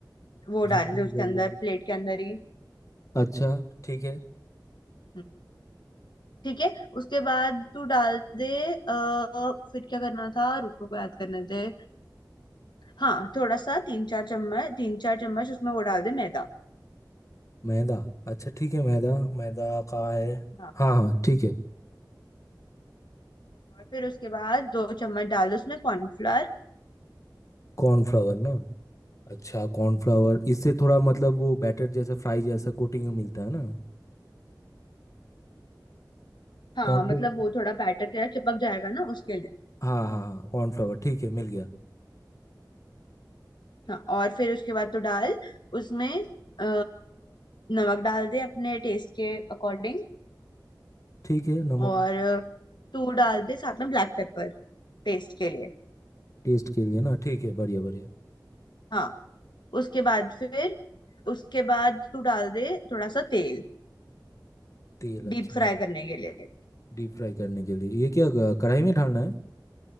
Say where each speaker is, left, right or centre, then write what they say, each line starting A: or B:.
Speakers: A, on the left (about 80°); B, on the left (about 45°).
A: वो
B: जिंजर
A: डाल दे उसके
B: गार्लिक
A: अंदर प्लेट के अंदर ही
B: अच्छा ठीक है
A: हम्म, ठीक है उसके बाद तू डाल दे अः फिर क्या करना था रुक रुक याद करने दे हाँ थोड़ा सा तीन चार चम्मच तीन चार चम्मच उसमें वो डाल दे मैदा
B: मैदा अच्छा ठीक है मैदा मैदा का है
A: हाँ
B: हाँ हाँ ठीक है
A: और फिर उसके बाद दो चम्मच डाल दो उसमें कॉर्नफ्लोर
B: कॉर्नफ्लावर ना अच्छा कॉर्नफ्लावर इससे थोड़ा मतलब वो बैटर जैसा फ्राई जैसा कोटिंग मिलता है ना
A: हाँ
B: कॉर्नफ्लावर
A: मतलब वो थोड़ा बैटर तेरा चिपक जाएगा ना उसके लिए
B: हाँ हाँ हाँ कॉर्नफ्लावर ठीक है मिल गया
A: हाँ और फिर उसके बाद तो डाल उसमें अ, नमक डाल दे अपने टेस्ट के अकॉर्डिंग
B: ठीक है नमक
A: और तू डाल दे साथ में ब्लैक पेपर टेस्ट के लिए
B: टेस्ट के लिए ना ठीक है बढ़िया बढ़िया
A: हाँ उसके बाद फिर उसके बाद तू डाल दे थोड़ा सा तेल
B: तेल
A: डीप
B: अच्छा
A: फ्राई करने के लिए
B: डीप फ्राई करने के लिए ये क्या क- कढ़ाई में डालना है